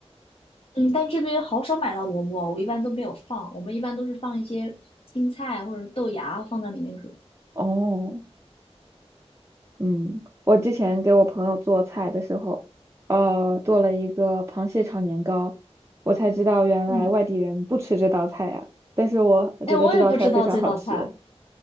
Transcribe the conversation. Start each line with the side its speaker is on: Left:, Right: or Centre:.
Left: 嗯，但这边好少买到萝卜，我一般都没有放，我们一般都是放一些青菜或者是豆芽放在里面煮。
Right: 哦。嗯，我之前给我朋友做菜的时候，呃，做了一个螃蟹炒年糕，我才知道原来外地人不吃这道菜呀。
Left: 嗯，
Right: 但是我觉得这道菜非常好吃，
Left: 哎，我也不知道这道菜，